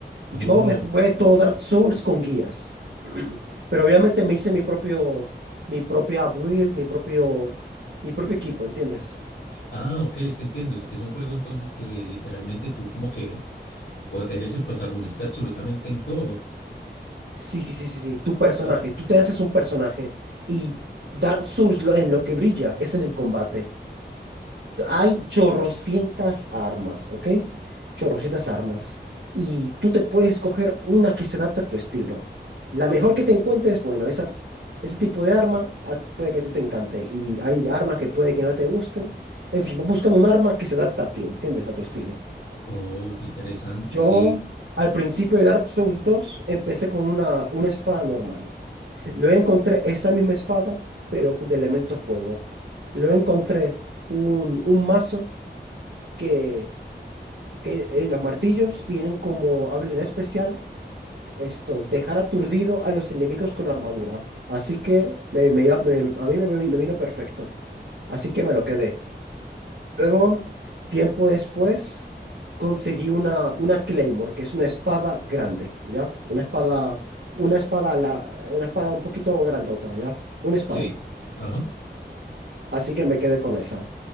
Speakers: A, on the left; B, on the right.
A: Oh,
B: Yo me jugué todo Dark Souls con guías, <clears throat> pero obviamente me hice mi propio, mi propia build, mi propio, mi propio equipo, ¿entiendes?
A: ah, ok, es que entiendo. Es es un juego entonces que literalmente tú como que o- eres el protagonista absolutamente en todo.
B: Sí, sí, sí, sí, sí. Tu personaje,
A: Oh,
B: tú te haces un personaje y Dark Souls lo- en lo que brilla es en el combate. Hay
A: oh,
B: chorrocientas armas, ¿ok? Chorrocientas armas. Y tú te puedes coger una que se adapte a tu estilo. La mejor que te encuentres, bueno, esa, ese tipo de arma ah, puede que a ti te encante. Y hay armas que puede que no te gusten. En fin, vas buscando un arma que se adapta a ti, ¿entiendes? A tu estilo.
A: oh, qué interesante,
B: Yo,
A: sí.
B: al principio de Dark Souls dos empecé con una, una espada normal. Luego encontré esa misma espada, pero de elemento fuego. Luego encontré un, un mazo que, que eh, los martillos tienen como habilidad especial esto, dejar aturdido a los enemigos con armadura. Así que me, me iba- me- a mí me, me vino perfecto. Así que me lo quedé. Luego, tiempo después, conseguí una, una Claymore, que es una espada grande, ¿ya? Una espada, una espada, a la, una espada un poquito grandota, ¿ya? Un espadón.
A: Sí, ajá.
B: Así que me quedé con esa.